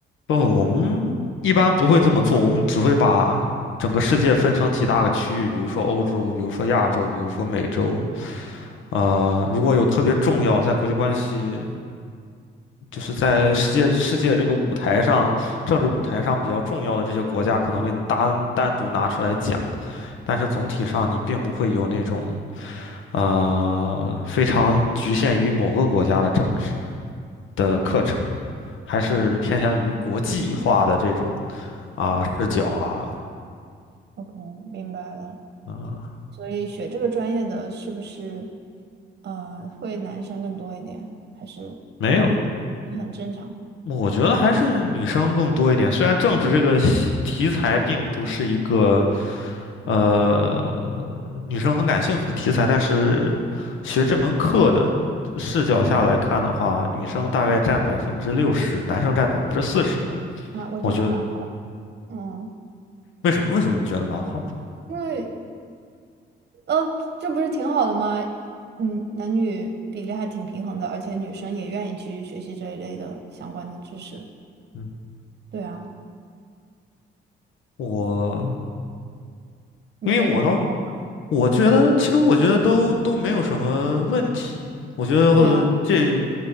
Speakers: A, on the left; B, on the right.
A: 不，我们一般不会这么做，我们只会把整个世界分成几大个区域，比如说欧洲，比如说亚洲，比如说美洲。呃，如果有特别重要，在国际关系，就是在世界世界这个舞台上，政治舞台上比较重要的这些国家，可能会单单独拿出来讲。但是总体上，你并不会有那种呃非常局限于某个国家的政治的课程，还是偏向于国际化的这种
B: 懂了，嗯
A: 啊、视角啊。
B: ，OK，明白了。
A: 啊，
B: 所以学这个专业的是不是，呃，会男生更多一点，还是男女比很正常
A: 没有，我觉得还是女生更多一点。虽然政治这个题材并不是一个呃女生很感兴趣的题材，但是学这门课的视角下来看的话，女生大概占百分之六十，男生占百分之四十吧。
B: 啊？我觉得蛮好，
A: 我觉得
B: 嗯，
A: 为什么为什么你觉得蛮好？
B: 因为呃，这不是挺好的吗？嗯，男女比例还挺平衡的，而且女生也愿意去学习这一类的相关的知识。
A: 嗯，
B: 对啊，
A: 我
B: 你觉得不好？
A: 因为我当时。我觉得，其实我觉得都都没有什么问题。我觉得呃这
B: 对啊。